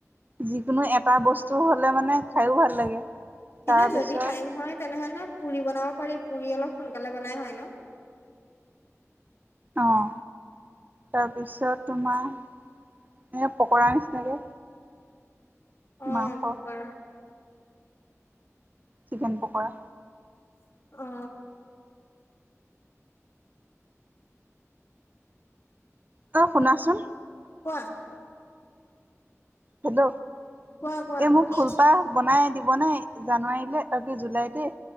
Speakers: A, on the right; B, on the left.
A: যিকোনো এটা বস্তু হলে মানে খাইও ভাল লাগে।
B: কিন্তু
A: তাৰপিছত
B: যদি টাইম হয় তেনেহ'লে পুৰি বনাব পাৰি পুৰি অলপ সোনকালে বনাই হয় ন।
A: অঁ, তাৰপিছত তোমাৰ এনে পকৰা নিচিনাকে।
B: অঁ
A: মাংস
B: পকৰা।
A: চিকেন পকৰা।
B: অঁ।
A: ও শুনাচোন।
B: কোৱা
A: হেল্ল,
B: কোৱা কোৱা
A: এই মোৰ
B: শুনি
A: ফুলপাহ
B: আছো
A: বনাই দিব নে জানুৱাৰীলে এহ জুলাইতে